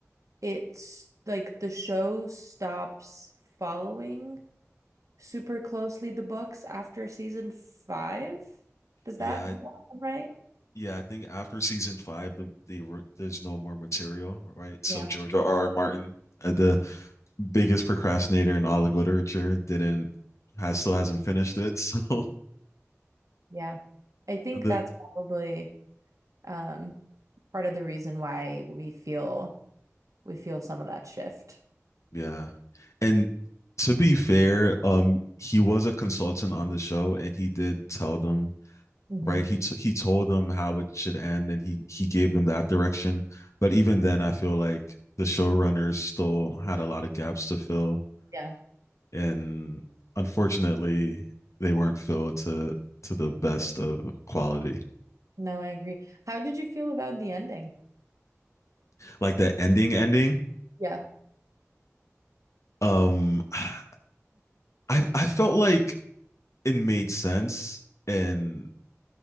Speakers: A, on the right; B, on the left.
A: it's like the show stops following super closely the books after season five. Does
B: Yeah,
A: that, does
B: I
A: that sound right?
B: yeah, I think after season five, the the re- there's no more material, right? So
A: Yeah,
B: George R. R. Martin, uh, the biggest procrastinator in all of literature, didn't has still hasn't finished it. So <laughs>
A: yeah. I think
B: the
A: that's probably um part of the reason why we feel we feel some of that shift.
B: yeah, and to be fair, um, he was a consultant on the show, and he did tell them
A: hmm
B: right. He t- he told them how it should end, and he he gave them that direction. But even then, I feel like the showrunners still had a lot of gaps to fill
A: Yeah.
B: and unfortunately, they weren't filled to to the best of quality.
A: No, I agree. How did you feel about the ending?
B: Like that ending, ending.
A: Yeah.
B: Um, I I felt like it made sense, and